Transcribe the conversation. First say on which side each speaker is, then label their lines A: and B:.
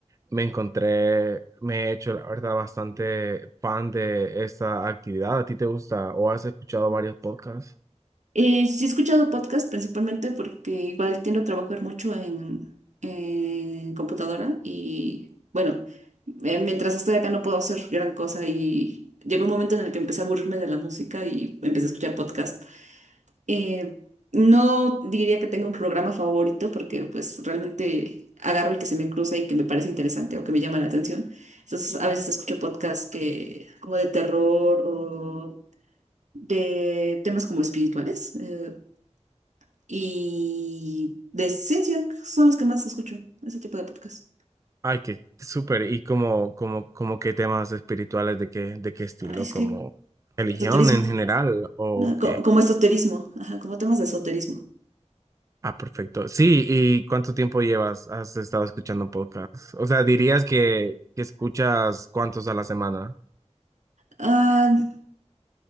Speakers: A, on the right; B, on the right.
A: me encontré, me he hecho la verdad bastante fan de esta actividad. ¿A ti te gusta o has escuchado varios podcasts?
B: Eh, sí he escuchado podcast principalmente porque igual tiendo a trabajar mucho en, en computadora y bueno, eh, mientras estoy acá no puedo hacer gran cosa y llegó un momento en el que empecé a aburrirme de la música y empecé a escuchar podcast. Eh, no diría que tenga un programa favorito porque pues realmente agarro el que se me cruza y que me parece interesante o que me llama la atención. Entonces a veces escucho podcasts que como de terror o de temas como espirituales eh, y de ciencia son los que más escucho, ese tipo de podcasts.
A: Ay, qué súper. ¿Y como, como, como qué temas espirituales, de qué, de qué estilo?
B: Ah, Es
A: ¿Como
B: que
A: religión
B: esoterismo,
A: en general o
B: no, co-
A: qué?
B: como esoterismo, ajá, como temas de esoterismo.
A: Ah, perfecto. Sí, ¿y cuánto tiempo llevas? ¿Has estado escuchando podcast? O sea, dirías que, que escuchas cuántos a la semana.
B: Ah,